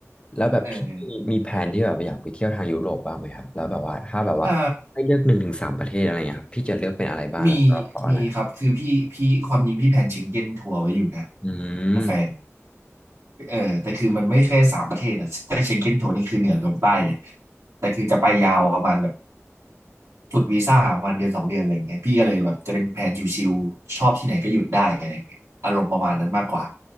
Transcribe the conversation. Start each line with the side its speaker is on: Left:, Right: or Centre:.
Left: แล้วแบบพี่มีแผนที่แบบอยากไปเที่ยวทางยุโรปบ้างไหมครับแล้วแบบว่าถ้าแบบว่าให้เลือกหนึ่งถึงสามประเทศอะไรเงี้ยครับพี่จะเลือกเป็นอะไรบ้างแล้วก็เพราะอะไร
Right: เออเอ่ามีมีครับคือพี่พี่ความจริงพี่แผนเชงเก้นทัวร์ไว้อยู่นะ
Left: อืม
Right: กับแฟน เออแต่คือมันไม่ใช่สามประเทศอะแต่เชงเก้นโซนนี่คือเหนือลงใต้เลยแต่คือจะไปยาวประมาณแบบสุดวีซ่าประมาณเดือนสองเดือนอะไรอย่างเงี้ยพี่ก็เลยแบบจะเป็นแผนชิวๆชอบที่ไหนก็หยุดได้อะไรอย่างเงี้ยอารมณ์ประมาณนั้นมากกว่า